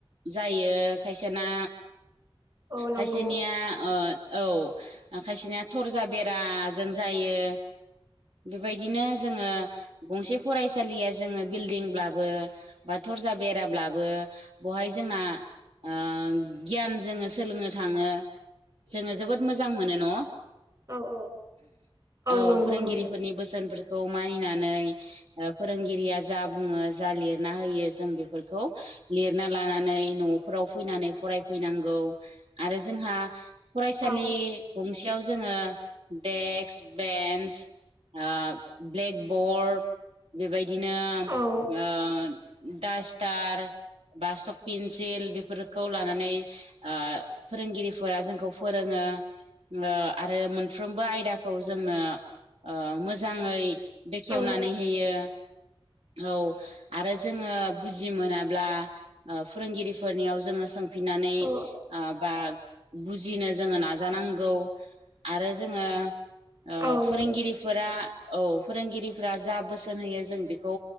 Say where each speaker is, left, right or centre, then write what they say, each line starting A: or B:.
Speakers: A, on the right (about 85°); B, on the right (about 40°).
A: जायो खायसेना।
B: औ नंगौ
A: खायसेनिया ओ औ खायसेनिया थरजा बेराजों जायो। बेबायदिनो जोङो गंसे फरायसालिया जोङो बिल्डिंब्लाबो बा थरजा बेराब्लाबो बहाय जोंना ओ गियान जोङो सोलोंनो थाङो। जोङो जोबोद मोजां मोनो न'?
B: औ औ
A: औ
B: नंगौ
A: फोरोंगिरिफोरनि
B: नंगौ
A: बोसोनफोरखौ मानिनानै ओ फोरोंगिरिया जा बुङो जा लिरना होयो जों बेफोरखौ लिरना लानानै न' फोराव फैनानै फरायफैनांगौ आरो जोंहा फरायसालि
B: औ
A: गंसेयाव जोङो डेक्स, बेन्स, ओ ब्लेकबर्ड बेबायदिनो
B: औ
A: ओ डास्टार बा सक पेन्सिल बेफोरखौ लानानै ओ फोरोंगिरिफोरा जोंखौ फोरोङो। ओम आरो मोनफ्रोमबो आयदाखौ जोंनो मोजाङै बेखेवनानै
B: औ
A: होयो। औ आरो जोङो बुजि मोनाब्ला ओ फोरोंगिरिफोरनियाव जोङो सोंफिननानै
B: औ
A: ओ बा बुजिनो जोङो नाजानांगौ आरो जोङो ओ
B: औ नंगौ
A: फोरोंगिरि फोरा औ फोरोंगिरिफोरा जा बोसोन होयो जों बेखौ